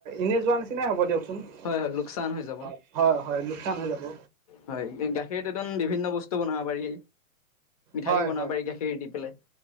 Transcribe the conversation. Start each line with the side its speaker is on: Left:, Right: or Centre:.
Right: এনে যোৱা নিচিনাই হ'ব দিয়কচোন
Left: হয় হয় লোকচান হৈ যাব
Right: হয় হয় লোকচান হৈ যাব।
Left: হয় গাখীৰ তন বিভিন্ন বস্তু বনাব পাৰি মিঠাইও
Right: হয়
Left: বনাব
Right: হয়
Left: পাৰি গাখীৰ খেৰ দি পেলাই